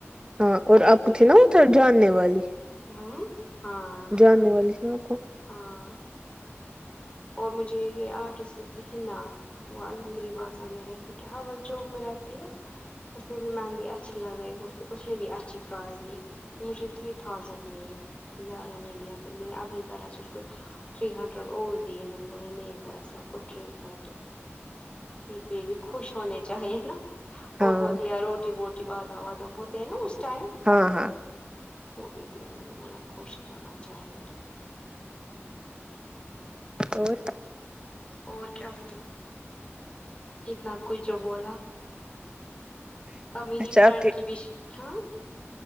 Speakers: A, on the right (about 20°); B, on the left (about 25°).
A: ہاں اور
B: پھر
A: آپ
B: بھی
A: کو تھی نا وہ تھ جاننے والی
B: ہم ہاں
A: جاننے والی تھی نا آپ کو
B: ہاں اور مجھے یہ آرٹسٹک تھی ہنا وہ عاللممگیری بازار میں رہتی کیا وہ چوک میں رہتی ہے اس نے بھی مہندی اچھی لگی مجھے اس نے بھی اچھی پرائز لی مجھے تھری تھازینڈ لیے زیادہ نہیں لیا پھر میں نے اپنی طرح سے کو تھری ہنڈریڈ اور میں نے بولا میری طرف سے آپ کو ٹپ ہے تو پھر خوش ہونے چاہے نا
A: ہاں
B: اور وہ دیا روٹی ووٹی بادام وادم ہوتے ہیں نا اس ٹائم
A: ہاں ہاں
B: وہ بھی دیا میں نے بولا خوش ہونا چاہے تو
A: اور
B: اور کیا بولو اتنا کچھ جو بولا میری
A: اچھا
B: فرینڈ
A: آپ کے
B: کی بھی ہاں